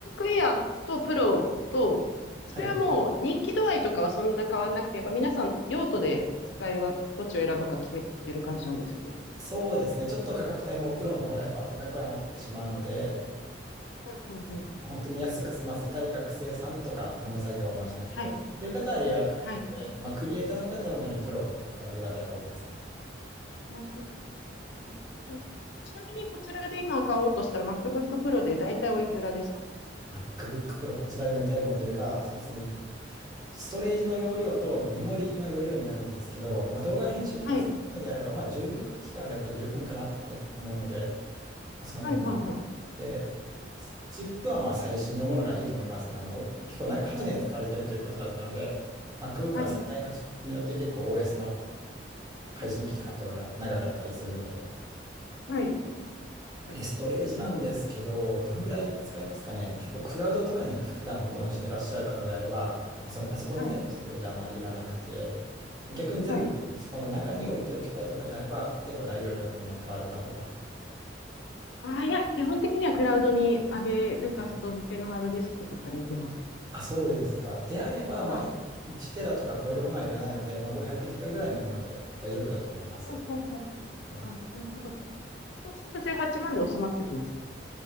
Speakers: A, on the left; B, on the right.
A: Air と Pro と、それはもう人気度合いとかはそんな変わんなくて、
B: はい。
A: やっぱ皆さん用途で使いはどっちを選ぶか決めてる感じなんですよね。
B: そうですね。ちょっと価格帯もプロの方がやっぱ高くはなってしまうので、
A: うん、うん、うん。
B: 本当に安く済ませたい学生さんとか、重い作業はあんましなくて。
A: はい。
B: っていう方はエアー買って、
A: はい。
B: まあ、クリエイターの方は主にプロを買われる方が多いですね。
A: なるほどなるほどちなみにこちらで今買おうとしたら MacBook Pro で大体おいくらですか
B: MacBook Pro こちらに置いてあるモデルが、そうですね。ストレージの容量とメモリの容量になるんですけど、まあ、動画編集とかされるのであれば、
A: はい。
B: まあ、16ギガあれば十分かなって思うので、まあそのモデルで、
A: はい、はい、はい。
B: チップはまあ最新のものがいいと思います。あの、お結構長8年使われてるということだったので、
A: はい、
B: MacBook
A: はい。
B: は世代のチップによって結構 OS の配信期間とかが長かったりするので、
A: うんうんうんはい。なるほど。
B: で、ストレージなんですけど、どのくらい使えますかね。結構クラウドとかに普段保存してらっしゃる方であれば、まあ、そのパソコン自体のストレージはあまりいらなくて、
A: はい、
B: 逆に全部パソコンの中に置いておきたいとかであれば、
A: はい。
B: 結構大容量のものを買われた方が。
A: ああ、いや、基本的にはクラウドに上げるか、
B: あ、
A: 外付けのハードディスクとかに入れます。
B: あそうですか。であれば、まあ、
A: はい。
B: 1テラとか超えるものはいらないので、まあ、500ギガぐらいのもので大丈夫だと思います。
A: ほうほうほう。
B: はい、い
A: あ、なるほど。そうすると18万で収まってきますかね。